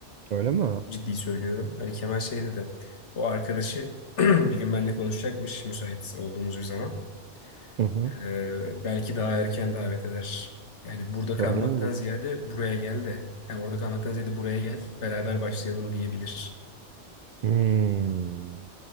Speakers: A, on the right (about 60°); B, on the left (about 75°).
A: öyle mi?
B: Ciddi söylüyorum. Ali Kemal şey dedi. O arkadaşı <clears throat> bir gün benimle konuşacakmış müsait olduğumuz bir zaman.
A: Hı hı.
B: Ee, belki daha erken davet eder. Yani burada kalmaktan
A: Öyle mi diyorsun?
B: ziyade buraya gel de. Ha, orada kalmaktan ziyade buraya gel. Beraber başlayalım diyebilir.
A: Hmm.